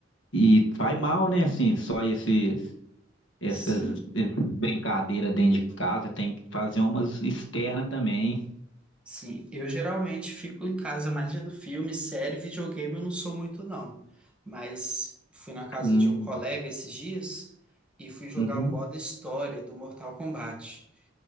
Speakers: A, on the left; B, in the centre.
A: e faz mal, né? Assim, só esses, essas,
B: Sim,
A: essas brincadeiras dentro de casa. Tem que fazer umas externas também.
B: Sim, eu geralmente fico em casa mais vendo filme, série, videogame, eu não sou muito não. Mas fui na casa
A: Hum,
B: de um colega esses dias e fui jogar
A: uhum.
B: o modo história do Mortal Kombat.